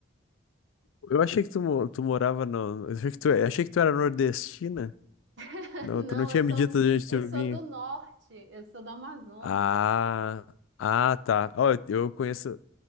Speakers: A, on the left; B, on the right.
A: Eu achei que tu, mo- tu morava no... Eu achei que tu, eu achei que tu era nordestina.
B: <laughs>
A: Não,
B: Não,
A: tu não tinha
B: eu sou,
A: me dito de onde
B: eu
A: tu
B: sou
A: vinha.
B: do norte, eu sou do Amazonas.
A: Ah, ah, tá. Ó, eu eu conheço.